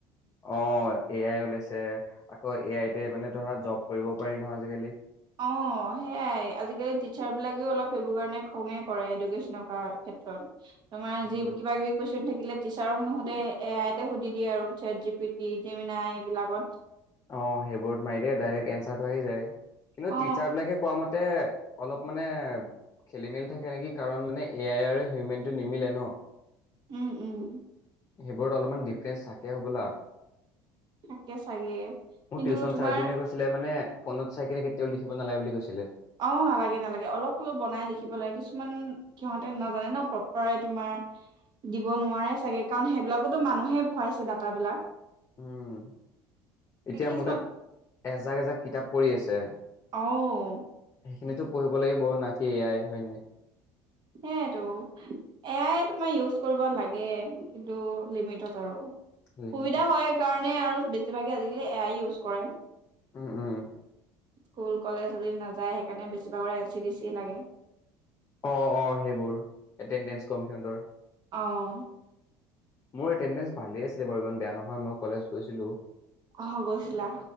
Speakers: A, on the left (about 30°); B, on the right (about 50°).
A: অ', এ আই ওলাইছে আকৌ এ আই টে মানে ধৰা জব কৰিব পাৰি নহয় আজিকালি
B: অ সেইয়াই আজিকালি টিচাৰ বিলাকেও অলপ সেইবোৰ কাৰণে খঙে কৰে এডুকেশ্যন ক্ষেত্ৰত তোমাৰ
A: উম,
B: যি কিবা কিবি কৈ থাকিলে টিচাৰক নু সুধে এ আইতে সুধি দিয়ে আৰু চেট জি পি টিমই এইবিলাকত
A: অ সেইবোৰত মাৰি দিয়ে ডাইৰেক্ট এন্চাৰটো আহি যায় কিন্তু
B: অ
A: টিচাৰ বিলাকে কোৱা মতে তাতে অলপ মানে খেলি মেলি থাকে নেকি কাৰণ মানে এ আই আৰু হিউমেন টো নিমিলে ন
B: উম উম
A: সেইবোৰত অলপমান ডিফাৰেন্ঞ্চ থাকে হ'বলা
B: থাকে চাগে
A: মোৰ
B: কিন্তু
A: টিউচন
B: তোমাৰ
A: চাৰ্জেনে কৈছিলে মানে ফোনত চাই কিনে কেতিয়াও লিখিব নালে বুলি কৈছিলে
B: অ নালাগে নালাগে অলপ হলেওবনাই লিখিব লাগে কিছুমান সিহঁতে নাজানে ন প্ৰপাৰে তোমাৰ দিব নোৱাৰে চাগে কাৰণ সেইবিলাকতো মানুহে ভৰাইছে ডাটাবিলাক
A: উম এতিয়া
B: কিছুমান
A: মোৰ তাত এজাক এজাক কিতাপ পঢ়ি আছে
B: অও
A: সেইখিনো পঢ়িব লাগিব ব নাকি এয়াই হয় নাই
B: সেইয়োতো এয়াই তোমাৰ ইউজ কৰিব লাগে কিন্তু লিমিটত আৰু সুবিধা
A: লিমিটত
B: হয় কাৰণে মানে আৰু বেছিভাগে আজিকালি এয়াই ইউজ কৰে
A: উম উম
B: স্কুল কলেজ আদি নাযায় সেইকাৰণে বেছিভাগৰ এন চি ডি চি লাগে
A: অঁ অঁ সেইবোৰ এটেনডেঞ্চ কমিশন
B: অহ
A: মোৰ এটেডেঞ্চ ভালেই আছিলে বাৰু ইমান বেয়া নহয় মই কলেজ গৈছিলো
B: আহ গৈছিলা